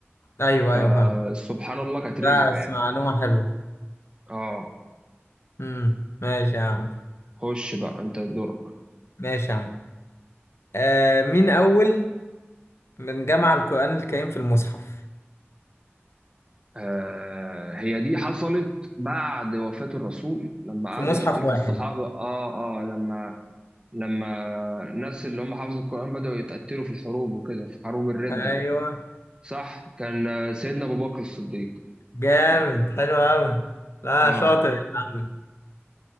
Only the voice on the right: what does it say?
آه، سبحان الله كانت رزقه
يعني
اه
خش بقى انت دورك
آه هي دي حصلت بعد وفاة الرسول لما قعدوا
يقتلوا
في الصحابة اه اه لما لما الناس اللي هم حافظوا القرآن بدأوا يتقتلوا في الحروب وكده في حروب الردة
صح كان آه، سيدنا أبو بكر الصديق
اه